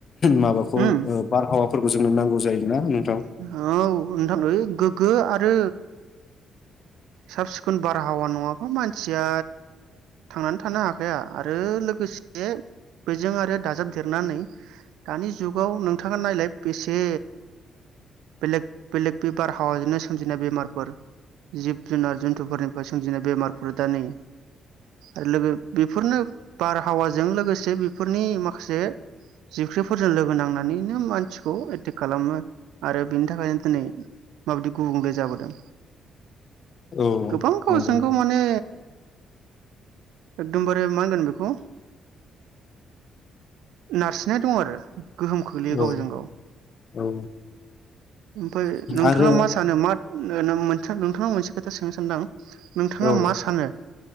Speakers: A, on the left; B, on the right.
A: माबाखौ
B: उम
A: बारहावा फोर जोंनो नांगौ जायोना उम
B: <unintelligible> नोथां गोग्गो आरो साब सिखोन बारहावा नङाबा मानसिया थांनानै थानो हाखाया आरो लोगोसे बेजों आरो दाजाबदेरनानै दानि जुगाव नोंथाङा नायलाय बेसे बेलेग बेलेग बे बारहावाजोंनो सोमजिनाय बेमारफोर जिब जुनार जन्थुफोरनिफ्राय सोमजिनाय बेमारफोर दा नै आरो लोगो बेफोरनो बारहावाजों लोगोसे बेफोरनि माखासे जिबख्रिफोरजों लोगो नांनानैनो मानसिखौ एटेक खालामो आरो बेनि थाखायनो दिनै माबायदि गुबुंले जाबोदों
A: औ
B: गोबां गावजों
A: नंगौ
B: गाव माने एकदमबारे मा होनगोन बेखौ नारसिननाय दङ आरो गोहोम खोख्लैयो गावजों
A: औ
B: गाव
A: औ
B: ओमफाय नोंथाङा
A: आरो
B: मा सानो मा नो-नो मोनथार नोंथांनाव मोनसे खोथा सोंनो सानदो आं नोंथाङा
A: औ
B: मा सानो?